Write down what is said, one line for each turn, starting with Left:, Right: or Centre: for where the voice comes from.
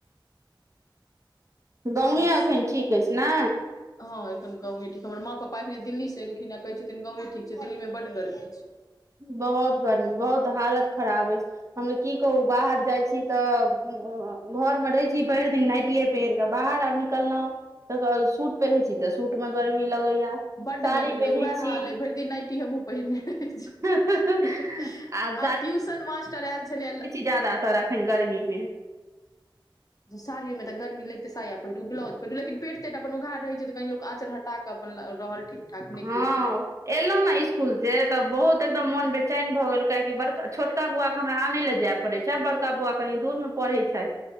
Right: गाँवो
Left: सएह
Right: एखन
Left: सब
Right: ठीक अछि ने
Left: हँ एखन गाँवे ठीक हमर माँ पापा एखनि दिल्लीसँ एलखिन आ कहै छथिन गाँवे ठीक छै दिल्लीमे बड गर्मी छै
Right: बहुत गर्मी बहुत हालत खराब अछि हममे की कहू बाहर जाइ छी तऽ घर में रहे छी भरि दिन नाटिये पहिर के बाहर आब निकललहुँ त सूट पहिर छी तऽ सूट में गर्मी लगैया
Left: बड
Right: साड़ी
Left: गर्मी
Right: पहिरै
Left: लगै वएह
Right: छी
Left: हाल अए भरि दिन नटी हमहु पहिने रहै छीआइ
Right: आब
Left: ट्यूशन मास्टर आयल छलिय
Right: ज्यादातर अखन गर्मी मे
Left: स साड़ियो तऽ गर्मी लग तऽ साया पहिरू ब्लाउज पहिरु लेकिन पेट अपन उघार रहै छैऽ तऽ कनि लोक आँचर हटा कऽ अपन रहल ठीक ठाक नहि
Right: हँ
Left: केओ छै घर
Right: एलहु ने स्कूल से तऽ बहुत एकदम मोन बेचैन भए गेल काहेकि बड़का छोटका बउआ के हमरा आन ले जायब पढ़ैत छै आ बड़का बौआ कनि दूर मे पढ़ैत छथि